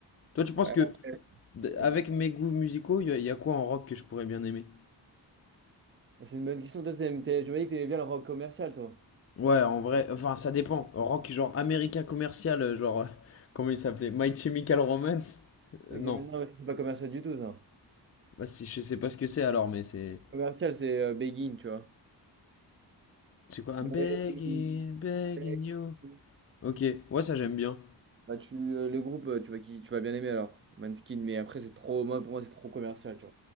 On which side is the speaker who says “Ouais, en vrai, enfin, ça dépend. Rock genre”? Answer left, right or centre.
Left